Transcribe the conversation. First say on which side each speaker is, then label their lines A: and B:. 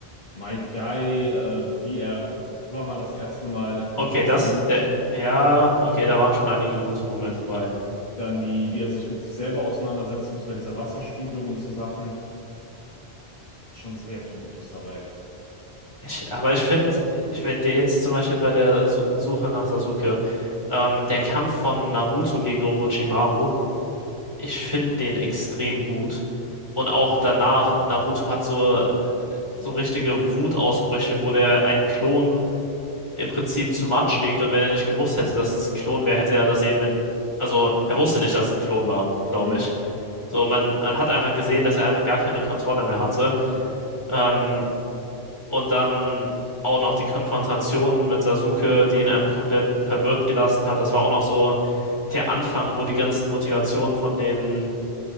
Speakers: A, on the left; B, on the left.
A: Might Guy, äh, wie er Kurama das erste Mal quasi
B: Okay,
A: zähmt.
B: das, der, ja, okay, da waren schon einige gute Momente bei.
A: Dann die, wie er sich mit sich selber auseinandersetzen muss bei dieser Wasserspiegelung und so Sachen. Schon sehr viel Gutes dabei.
B: Ich, aber ich finde, ich will dir jetzt zum Beispiel bei der Su Suche nach Sasuke, ähm, der Kampf von Naruto gegen Orochimaru, ich finde den extrem gut. Und auch danach, Naruto hat so, so richtige Wutausbrüche, wo der einen Klon im Prinzip zu Matsch legt Und wenn er nicht gewusst hätte, dass es ein Klon wäre, hätte er das eben in, also er wusste nicht, dass es ein Klon war, glaube
A: Hm?
B: ich. So, man, man hat einfach gesehen, dass er einfach gar keine Kontrolle mehr hatte. Ähm, und dann auch noch die Konfrontation mit Sasuke, die ihn einfach komplett verwirrt gelassen hat. Das war auch noch so der Anfang, wo die ganzen Motivationen von den